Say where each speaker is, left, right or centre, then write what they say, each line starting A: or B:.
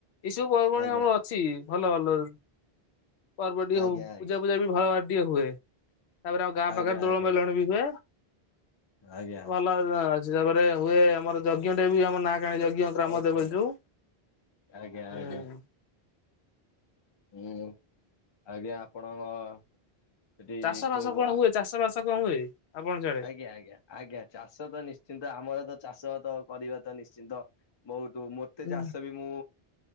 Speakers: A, on the left (about 80°); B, on the left (about 35°).
A: ଏଇସବୁ <unintelligible>
B: ଆଜ୍ଞା
A: ଆମର ଅଛି। ଭଲ ଭଲର୍ ପର୍ବ ଟିକେ
B: ଆଜ୍ଞା
A: ହୋଉ
B: ଆଜ୍ଞା
A: ପୂଜା ପୂଜା ବି ଭଲ ଭାବରେ ଟିକେ ହୁଏ। ତାପରେ ଆଉ ଗାଁ
B: ଆଜ୍ଞା
A: ପାଖେରେ ଦୋଳୋ
B: ଆଜ୍ଞା
A: ମେଲଣ ବି ହୁଏ।
B: ଆଜ୍ଞା
A: ଭଲ ଅଛି, ତାପରେ ହୁଏ ଆମର ଯଜ୍ଞଟାବି <unintelligible> ଯଜ୍ଞ ଗ୍ରାମମ
B: ବହୁତ
A: ଦେବତୀ
B: ଭଲ
A: ଯେଉ,
B: ଆଜ୍ଞା ଆଜ୍ଞା
A: ଉଁ।
B: ହୁଁ, ଆଜ୍ଞା ଆପଣଙ୍କ ସେଠି
A: ଚାଷ
B: କୋଉ
A: ଭାସ
B: କୋଉ
A: କଣ
B: ଆ
A: ହୁଏ, ଚାଷ ବାସ କଣ ହୁଏ? ଆପଣ ସିଆଡେ?
B: ଆଜ୍ଞା, ଆଜ୍ଞା। ଆଜ୍ଞା, ଚାଷ ତ ନିଶ୍ଚିନ୍ତ ଆମର ତ ଚାଷ ଆତ କରିବା ତ ନିଶ୍ଚିନ୍ତ ବହୁତୁ ମୁ ତେ
A: ହୁଁ
B: ଚାଷ ବି ମୁଁ